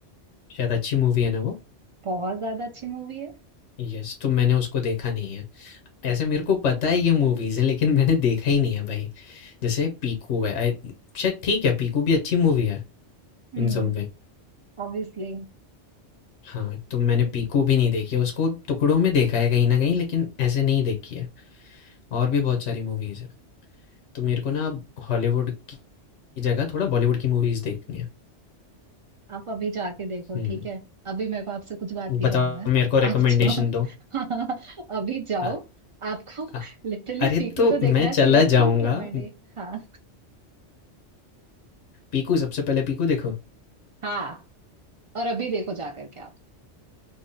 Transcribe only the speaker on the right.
बहुत ज्यादा अच्छी मूवी है
हम्म
ऑब्वियसली
आप अभी जाके देखो
ठीक है अभी मेरे को आपसे कुछ बात नहीं
करना है
आप
जाओ
<laughs> अभी जाओ
आपको
लिटरली
पीकू
तो देखना
चाहिए
क्यूट
रोमांडी हाँ
हाँ और अभी देखो जा करके आप